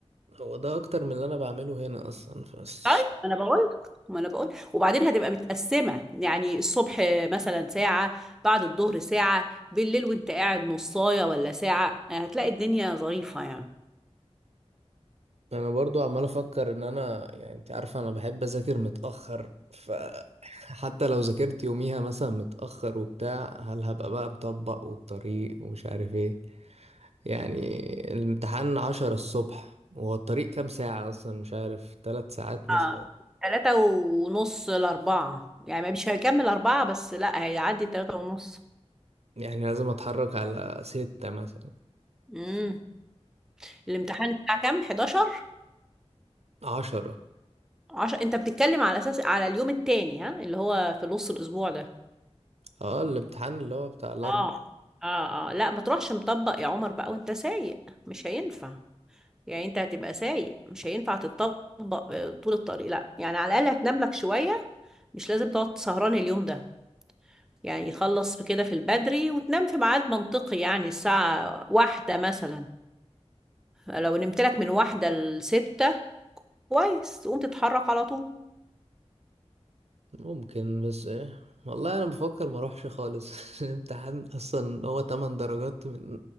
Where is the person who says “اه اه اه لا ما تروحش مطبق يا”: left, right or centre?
Centre